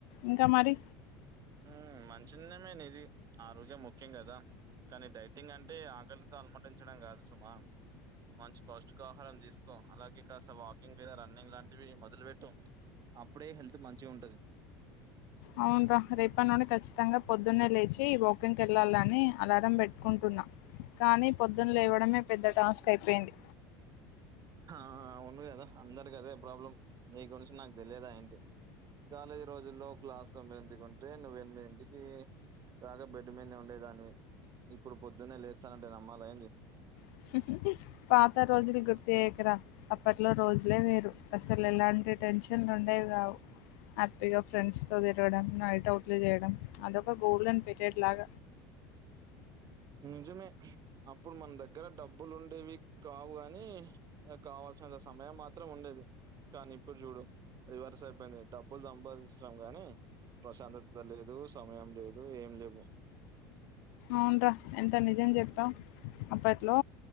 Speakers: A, on the left (about 75°); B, on the right (about 40°).
A: ఇంకా మరి
B: హ్మ్ మంచినిర్నయమే నిది ఆరోగ్యం ముఖ్యం కదా కానీ డైటింగ్ అంటే ఆకలితో అలమటించడం కాదు సుమా మంచి పౌష్టికాహారం తీసుకో అలాగే కాస్త వాకింగ్ లేదా రన్నింగ్ లాంటివి మొదలు పెట్టు అప్పుడే హెల్త్ మంచిగ ఉంటది
A: అవున్రా రేపట్నుంచి ఖచ్చితంగా పొద్దున్నే లేచి వాకింగ్ కెళ్ళాలని అలారం పెట్టుకుంటున్నా కానీ పొద్దున లేవడమే పెద్ద టాస్క్ అయిపోయింది
B: ఆ అవును గదా అందరికి అదే ప్రాబ్లం నీ గురించి నాకు తెలియద ఏంటి కాలేజి రోజుల్లో క్లాసు తొమ్మిదింటికి ఉంటే నువ్వు ఎనిమిదింటికి దాక బెడ్ మీద్నే ఉండేదానివి ఇప్పుడు పొద్దున్నే లేస్తనంటే నమ్మాల ఎంది
A: <unintelligible> పాత రోజులు గుర్తుచేయకుర అప్పట్లో రోజులే వేరు అసలు ఎలాంటి టెన్ష్ షన్ లుండేవి గావు హ్యాపీగ ఫ్రెండ్స్ తో తిరగడం నైట్ అవుట్లు చేయడం అదొక గోల్డెన్ పీరియడ్ లాగ
B: నిజమే అప్పుడు మన్ దగ్గర డబ్బులు ఉండేవి కావు గనీ ఇగ కావాల్సినంత సమయం మాత్రం ఉండేది కాని ఇప్పుడు చూడు రివర్స్ అయిపోయింది డబ్బులు సంపాదిస్తున్నాం గానీ ప్రశాంతత లేదు, సమయం లేదు, ఏం లెవ్వు
A: అవున్రా ఎంత నిజం చెప్పావ్ అప్పట్లో